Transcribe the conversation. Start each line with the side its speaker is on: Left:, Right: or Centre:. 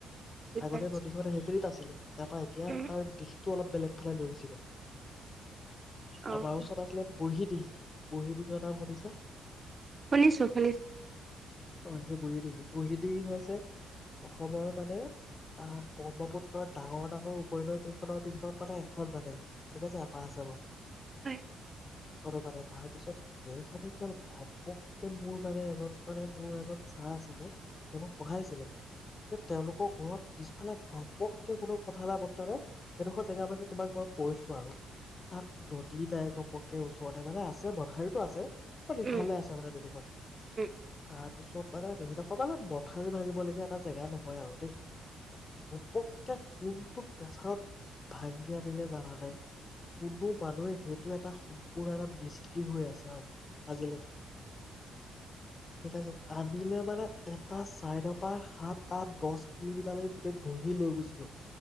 Right: বুজি
Left: আগতে
Right: পাইছোঁ,
Left: নদীখন সেইখিনিত আছিলে। তাৰ পৰাা এতিয়া
Right: উম,
Left: তাৰ দিশটো অলপ বেলেগ ফালে লৈ গুচি গল
Right: অ',
Left: আমাৰ ওচৰত আছিলে। বুঢ়ী দিহিং বুঢ়ী দিহিংৰ নাম শুনিচা।
Right: শুনিছোঁ, শুনিছোঁ,
Left: অ সেই বুঢ়ী দিহিং বুঢ়ী দিহিং হৈছে। অসমৰ মানে। ম অহ ব্ৰহ্মপুত্ৰৰ ডাঙৰ ডাঙৰ উপনদী খনৰ ভিতৰত মানে এখন মানে ঠিক আছে। আপাৰ আছামৰ
Right: হয়,
Left: সেইখনো মানে তাৰ পিছত সেইখন একে ঘপককে মোৰ মানে এজন মানে মোৰ এজন ছাৰ আছিলে সি মোক পঢ়াই আছিলে। তেওঁলোকৰ ঘৰত পিছফালে ঘপককে কোনো কথা নাই বতৰা নাই সেইডোখৰ জেগা মানে তোমাক মই কৈছো। আৰু তাত নদী নাই ঘপককে ওচৰতে মানে আছে। মথাউৰিতো আছে। ইফালে
Right: উম,
Left: আছে মানে নদীখন
Right: উম, উম,
Left: তাৰপিছত মানে সডখৰ মানে মথাউৰি ভাঙিবলগীয়া এটা জেগা নহয়। হয় আৰু দেই উপক্কে কোনটো প্ৰেছাৰত ভাঙি আনিলে জানা নাই কোনো মানুহে সেইটো এটা সম্পূৰ্ণ এটা মিস্তি হৈ আছে আৰু আজিলৈকে ঠিক আছে আনিলে মানে এটা চাইডৰ পৰা হাত আঠ দচ কিলোমিটাৰলৈকে গোটেই ধহি লৈ গুচি গল